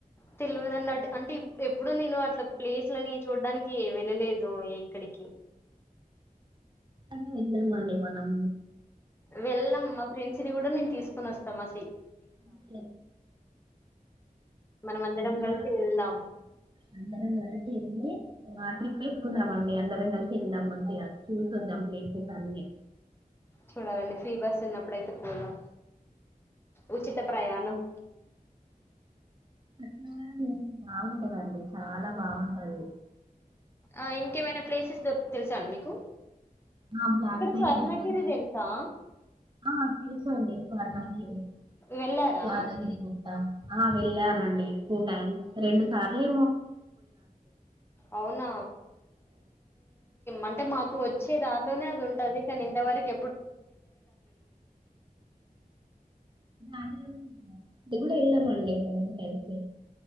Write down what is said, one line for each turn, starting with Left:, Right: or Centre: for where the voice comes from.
Left: తెలువదండి అటు అంటే ఎప్పుడు నేను అట్లా ప్లేస్లని చూడ్డానికి వెళ్ళలేదు ఎక్కడికీ
Right: <inaudible> వెళ్దామండి మనం
Left: వెళ్ళ్దం మా ఫ్రెండ్స్ ని కూడా నేను తీసుకొని వస్తాం మా సి
Right: <inaudible>
Left: మనం అందరం
Right: మా
Left: కలిసి వెళ్దాం
Right: అందరం కలసి ఎళ్ళి మా ట్రిప్ లెక్కుందాం అండి అందరం కలిసి వెళ్దాం అంతేగా చూసొద్దాం ప్లేసెస్ అన్నీ
Left: చూడాలండి ఫ్రీ బస్ ఉన్నప్పుడయితే పోదా ఉచిత ప్రయాణం
Right: రత్నవరం <unintelligible> బాగుంటది అండి చాలా బాగుంటది
Left: ఆ ఇంకేమైనా ప్లేసెస్ దొర్ తెలుసా అండి మీకు
Right: ఆ బ్లాక్బెరీ
Left: ఇక్కడ స్వర్ణగిరి
Right: ఏంటంట అండి
Left: తెలుసా
Right: ఆ తెలుసండి స్వర్ణగిరి
Left: వెళ్ళారా
Right: యాదగిరి గుట్ట ఆ వెళ్ళనండి టూ టైమ్స్ రెండు సార్లు
Left: అవునా అంటే మాకు వచ్చే దారి లోనే అది ఉంట అదే కానీ ఇంతవరకి
Right: అది ఇది కూడా ఎళమళ మ కలిపి